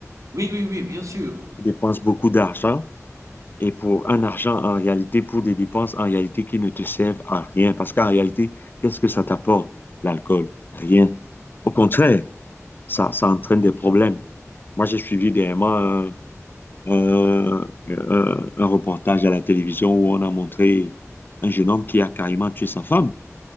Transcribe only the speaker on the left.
Tu dépenses beaucoup d'argent et pour un argent en réalité, pour des dépenses en réalité qui ne te servent à rien. Parce qu'en réalité, qu'est-ce que ça t'apporte, l'alcool? Rien. Au contraire, ça, ça entraîne des problèmes. Moi, j'ai suivi dernièrement un, euh, euh, un reportage à la télévision où on a montré un jeune homme qui a carrément tué sa femme.